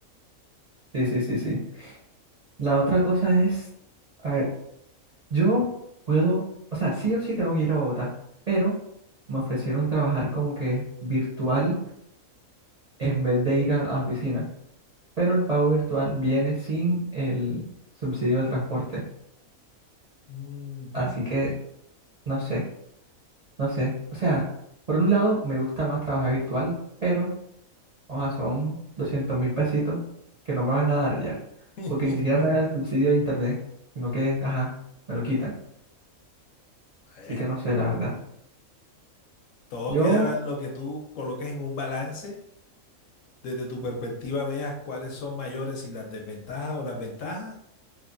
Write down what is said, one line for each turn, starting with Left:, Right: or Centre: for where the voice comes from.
Right: sí, sí, sí, sí. La otra cosa es, a ver, yo puedo, o sea, sí o sí tengo que ir a Bogotá, pero me ofrecieron trabajar como que virtual en vez de ir a la oficina. Pero el pago virtual viene sin el subsidio de transporte.
Left: Ujú.
Right: Así que, no sé. No sé, o sea, por un lado me gusta más trabajar virtual, pero, o sea, son doscientos mil pesitos que no me van a dar ya,
Left: <laughs>
Right: porque ni siquiera me dan el subsidio de internet, sino que, ajá, me lo quitan.
Left: Bueno,
Right: Así que no sé, la verdad.
Left: todo
Right: Yo,
Left: queda en lo que tú coloques en un balance, desde tu perspectiva veas cuáles son mayores, y las desventajas o las ventajas,